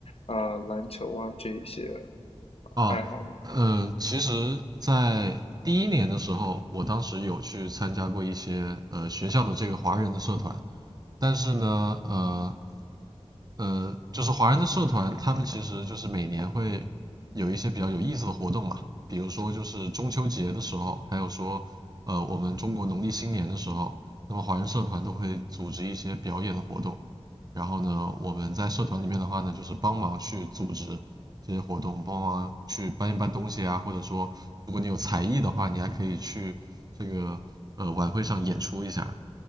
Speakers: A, on the left; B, on the right.
A: 啊、篮球啊这一些
B: 啊，
A: 爱好吗？
B: 嗯，其实，在第一年的时候，我当时有去参加过一些呃学校的这个华人的社团，但是呢，呃，呃，就是华人的社团，他们其实就是每年会有一些比较有意思的活动嘛，比如说就是中秋节的时候，还有说呃我们中国农历新年的时候，那么华人社团都会组织一些表演的活动。然后呢，我们在社团里面的话呢，就是帮忙去组织这些活动，帮忙去搬一搬东西啊，或者说如果你有才艺的话，你还可以去这个呃晚会上演出一下。